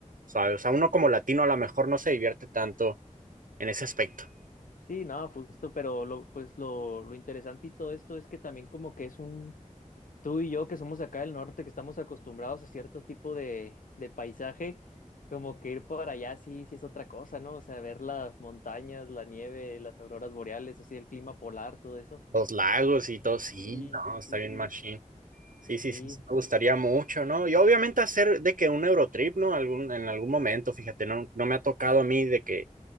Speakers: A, on the right; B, on the left.
A: suave. O sea, uno como latino a lo mejor no se divierte tanto en ese aspecto.
B: Sí, no, justo, pero lo, pues lo, lo interesante y todo esto es que también como que es un, tú y yo que somos de acá del norte, que estamos acostumbrados a cierto tipo de, de paisaje, como que ir para allá sí, sí es otra cosa, ¿no? O sea, ver las montañas, la nieve, las auroras boreales, así el clima polar, todo eso.
A: Los lagos y todo, sí,
B: Sí,
A: no, está
B: sí,
A: bien
B: sí,
A: machine.
B: de-
A: Sí, sí,
B: sí,
A: sí, sí, me gustaría mucho, ¿no? Y obviamente hacer de que un Eurotrip, ¿no? Algún, en algún momento, fíjate, no, no me ha tocado a mí de que